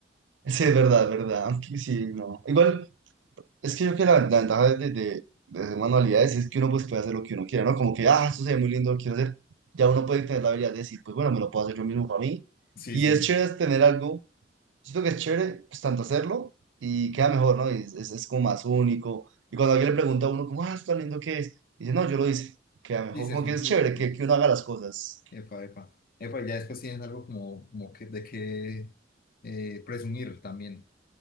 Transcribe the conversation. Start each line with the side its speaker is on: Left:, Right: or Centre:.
Right: Sí, es verdad, es verdad. Aunque sí, no. Igual. Es que yo creo que la, la ventaja de, de, de hacer manualidades es que uno pues puede hacer lo que uno quiera, ¿no? Como que, ah, esto se ve muy lindo, lo quiero hacer. Ya uno puede tener la habilidad de decir, pues bueno, me lo puedo hacer yo mismo para mí.
Left: Sí,
Right: Y
Left: sí.
Right: es chévere tener algo, siento que es chévere, pues tanto hacerlo y queda mejor, ¿no? Y es, es, es como más único. Y cuando alguien le pregunta a uno, como, ah, esto tan lindo que es, dice, no, yo lo hice, queda mejor.
Left: Sí, se
Right: Como
Left: siente
Right: que es chévere
Left: muy propio.
Right: que, que uno haga las cosas.
Left: Epa, epa. Epa, ya después tienes algo como, como que, de que eh, presumir también.